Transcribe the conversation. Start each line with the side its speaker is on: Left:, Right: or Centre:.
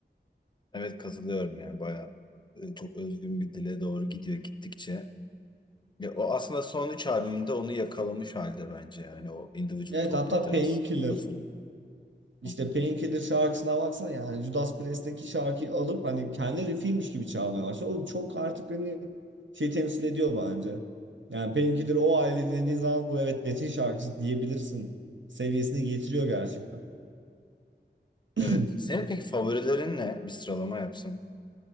Left: Evet katılıyorum yani bayağı e, çok özgün bir dile doğru gidiyor gittikçe. Ya, o aslında son üç albümde onu yakalamış halde bence yani o Individual
Right: Evet
Left: Thought
Right: hatta
Left: Patterns,
Right: Painkiller.
Left: Philosophy.
Right: İşte
Left: Hı hı.
Right: Painkiller şarkısına baksana yani Judas Priest'teki şarkıyı alıp hani kendi riffiymiş gibi çalmaya başladı. O çok artık hani şey temsil ediyor bence. Yani Painkiller o aile dinlediği zaman bu evet Metin şarkısı diyebilirsin seviyesine getiriyor gerçekten. <clears throat>
Left: Evet. Senin peki favorilerin ne? Bir sıralama yapsam.